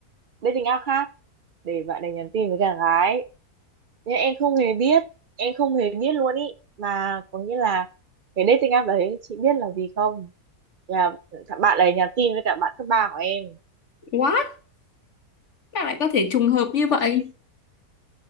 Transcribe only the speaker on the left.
what Sao lại có thể trùng hợp như vậy